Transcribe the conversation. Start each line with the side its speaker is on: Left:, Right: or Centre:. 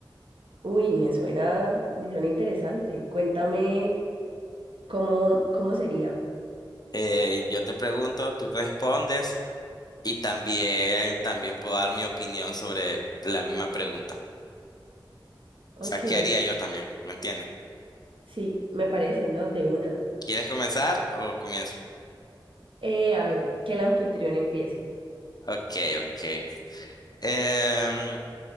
Right: Uy, me suena, me suena interesante. Cuéntame cómo, cómo sería.
Left: Eh, yo te pregunto, tú respondes y también, también puedo dar mi opinión sobre la misma pregunta.
Right: Ok,
Left: O sea, ¿qué haría yo también? ¿Me entiendes?
Right: sí, me parece, ¿no? De una.
Left: ¿Quieres comenzar o comienzo?
Right: Eh, a ver, que el anfitrión empiece.
Left: Ok, ok. Em,